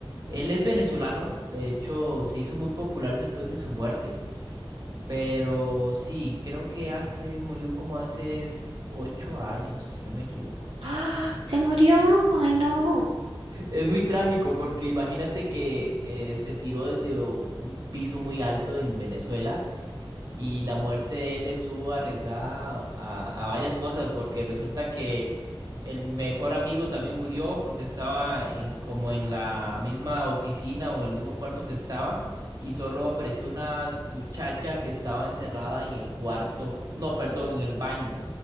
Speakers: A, on the right (about 45°); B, on the right (about 75°).
A: Él es venezolano, de hecho, se hizo muy popular después de su muerte. Pero sí, creo que hace, murió como hace s- ocho años, si no me equivoco.
B: ¡Ah! ¿Se murió? Ay, no.
A: Es muy trágico porque imagínate que eh, se tiró desde o- un piso muy alto en Venezuela Y la muerte de él estuvo arriesgada a, a varias cosas, porque resulta que el mejor amigo también murió porque estaba en, como en la misma oficina o en el mismo cuarto que estaba, y solo apareció una muchacha que estaba encerrada en el cuarto, no, perdón, en el baño.